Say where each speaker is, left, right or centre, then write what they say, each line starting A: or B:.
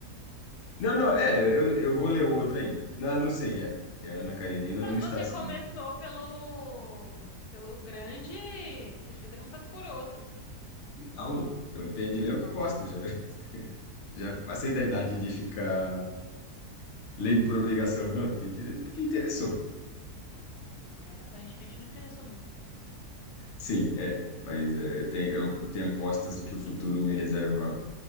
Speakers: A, on the left; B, on the left.
A: Não, não, é, eu, eu vou ler o outro ainda. Não, não sei, é. Porque a Ana Karenina
B: Mas
A: não está
B: você
A: assim.
B: começou
A: né?
B: pelo pelo grande, você devia ter começado por outro.
A: A um, eu tenho de ler o que eu gosto, já, <laughs> já passei da idade de ficar lendo por obrigação. Não, eu tenho de ler porque interessou.
B: É, aparentemente não interessou muito.
A: Sim, é, mas é, eu tenho, eu tenho apostas de que o futuro me reserva